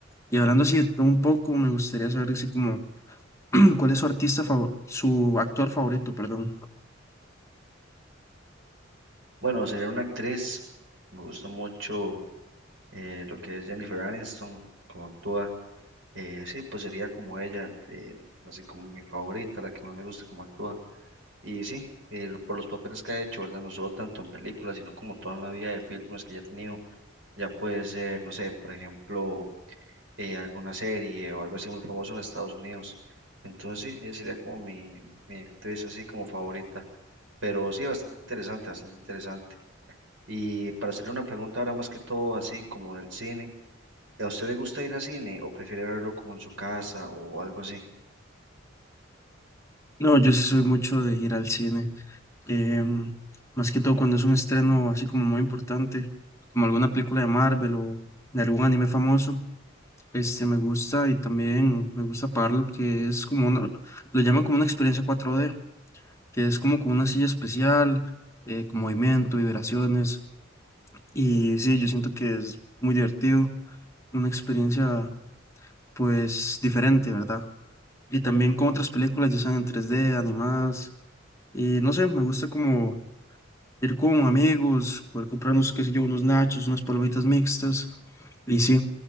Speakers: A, on the left (about 15°); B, on the right (about 75°).
A: Y hablando así de todo un poco, me gustaría saber así como, <clears throat> ¿cuál es su artista favor- su actor favorito, perdón?
B: Bueno, sería una actriz, me gusta mucho eh, lo que es Jennifer Aniston, cómo actúa. Eh, sí, pues sería como ella, eh, así como mi favorita, la que más me gusta cómo actúa. Y sí, eh, por los papeles que ha hecho, ¿verdad? No solo tanto en películas, sino como toda la vida de filmes que ya ha tenido. Ya puede ser, no sé, por ejemplo eh, alguna serie o algo así muy famoso en Estados Unidos. Entonces, sí, ella sería como mi, mi actriz así como favorita. Pero sí, bastante interesante, bastante interesante. Y para hacerle una pregunta ahora más que todo así como del cine, ¿a usted le gusta ir al cine o prefiere verlo como en su casa o algo así?
A: No, yo sí soy mucho de ir al cine. em, más que todo cuando es un estreno así como muy importante, como alguna película de Marvel o de algún anime famoso. Este me gusta y también me gusta pagar lo que es como una, lo llaman como una experiencia cuatro d que es como con una silla especial, eh, con movimiento, vibraciones. Y sí, yo siento que es muy divertido, una experiencia pues diferente, ¿verdad? Y también con otras películas, ya sean en tres d animadas. Y no sé, me gusta como ir con amigos, poder comprarnos, qué sé yo, unos nachos, unas palomitas mixtas, y sí,